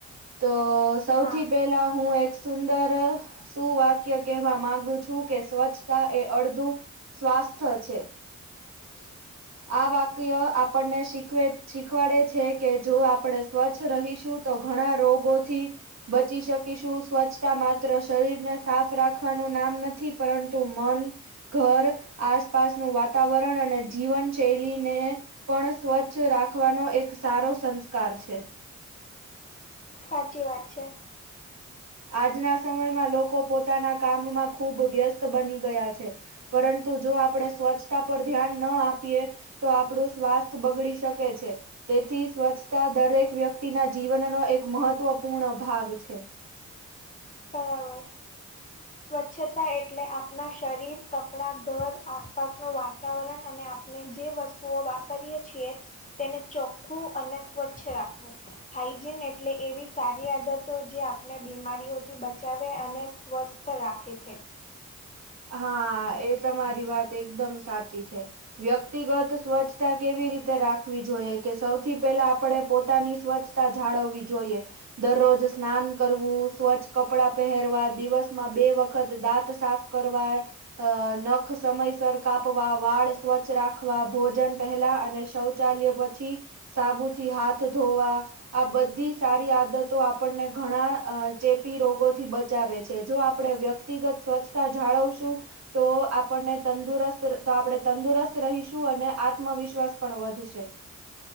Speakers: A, on the right; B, on the left.
A: તો સૌથી
B: હા
A: પેલા હું એક. સુંદર સુું વાક્ય કહેવા માંગુ છું કે સ્વચ્છતા એ અડધું. સ્વાસ્થ છે. <inaudible> આ વાક્ય આપણને શીખવે શીખવાડે છે કે જો આપડે સ્વચ્છ રહીશું. તો ઘણા રોગો થી. બચી શકીશું સ્વચ્છતા માત્ર શરીરને સાફ રાખવાનું નામ નથી પરંતુ મન. ઘર આસપાસનુંું વાતાવરણ અને જીવન શૈલીને પણ સ્વચ્છ રાખવાનો એક સારો સંસ્કાર છે.
B: સાચી વાત છે.
A: આજના સમયમાં લોકો પોતાના કામમાં ખૂબ વ્યસ્ત બની ગયા છે. પરંતુ જો આપણેે સ્વચ્છતા પર ધ્યાન ના આપીએ તો આપણું સ્વાસ્થ બગડી શકે છે. તેથી સ્વચ્છતા દરેક વ્યક્તિના જીવનનો એક મહત્વપૂર્ણ ભાગ છે.
B: બરાબર સ્વ ચ્છતા એટલે આપણા શરીર, કપડાં, ઘર, આસપાસનું વાતાવરણ અને આપણે જે વસ્તુ વસ્તુઓ વાપરીએ છીએ તેને ચોખ્ખું અને સ્વચ્છ રાખવું. હાઈજીન એટલે એવી સારી આદતો. જે આપને બીમારીઓ થી બચાવે અને સ્વસ્થ રાખે છે
A: હા! એ તમારી વાત એકદમ સાચી છે. વ્યક્તિગત સ્વચ્છતા કેવી રીતે રાખવી જોઈએ કે, સૌથી પહેલા આપણેે પોતાની સ્વચ્છ તા જાળવવી જોઈએ. દરરોજ સ્નાન કરવું, સ્વચ્છ કપડા પહેરવા, દિવસમાં બે વખત દાંત સાફ કરવા. અ નખ સમયસર કાપવા, વાળ સ્વચ્છ રાખવા, ભોજન પહેલા અને સૌ ચાલય પછી સાબુથી હાથ ધોવા. આ બધી સારી આદતો આપણને ઘણા ચેપી રોગોથી બચાવે છે. જો આપણેે વ્યક્તિ વ્યક્તિગત સ્વચ્છતા જાળવશું તો આપણને તંદુરસ્ત, તો આપણે તંદુરસ્ત રહીશું અને આત્મવિશ્વાસ પણ વધશે.